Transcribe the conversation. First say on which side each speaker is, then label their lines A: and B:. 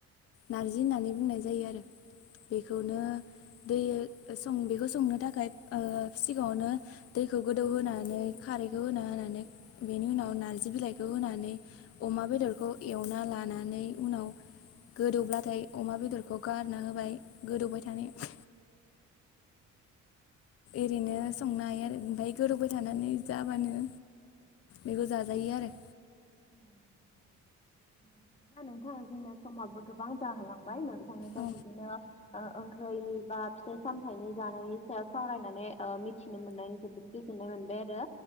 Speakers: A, on the left (about 50°); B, on the left (about 20°).
A: नारजि होननानै बुंनाय जायो आरो। बेखौनो दै सं बेखौ संनो थाखाय ओ सिगाङावनो दैखौ गोदौ होनानै, खारैखौ होना होनानै बेनि उनाव नारजि बिलाइखौ होनानै अमा बेदरखौ एवना लानानै उनाव गोदौब्लाथाय अमा बेदरखौ गारना होबाय गोदौबाय थानायाव। ओरैनो संनो हायो आरो ओमफ्राय गोदौबाय थानानै जाबानो बेखौ जाजायो आरो।
B: <inaudible> दे बिदिब्ला नोंथा जोंना समाबो गोबां जाहोलांबाय नोंथांनिफ्राय
A: औ
B: बिदिनो ओ ओंख्रिनि बा फिथाइ सामथायनि जानायनि सायाव सावरायनानै ओ मिथिनो मोनानै जोबोद गोजोननाय मोनबाय आरो।